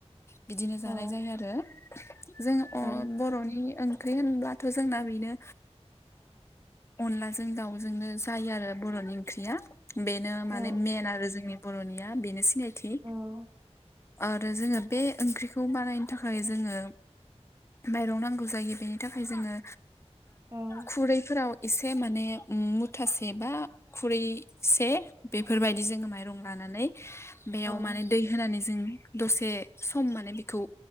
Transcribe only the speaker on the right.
औ
औ
औ
औ
औ
औ